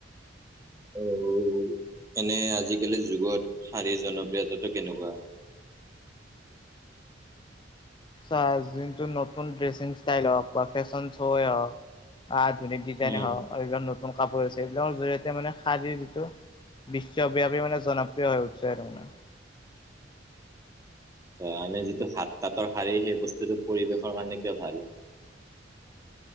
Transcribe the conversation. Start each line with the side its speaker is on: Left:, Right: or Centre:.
Right: অ', নে আজিকালি যুগত শাৰীৰ জনপ্ৰিয়তাাতটো কেনেকুৱা?
Left: চাৰ যোনটো নতুন ড্ৰেছিং ষ্টাইল হওক বা ফেশ্বন শ্ব'য়ে হওক আধুনিক ডিজাইনে
Right: উম
Left: হওক আৰু এইবিলাক নতুন কাপোৰছে এইবিলাকৰ জৰিয়তে মানে শাৰ়ীৰ যিটো বিশ্বব্যাপী মানে জনপ্ৰিয় হৈ উঠছে আৰু মানে
Right: মানে যিটো হাত তাতীৰ শাৰী সেই বস্তুটো পৰিৱেশৰ কাৰণে কিয় ভাল?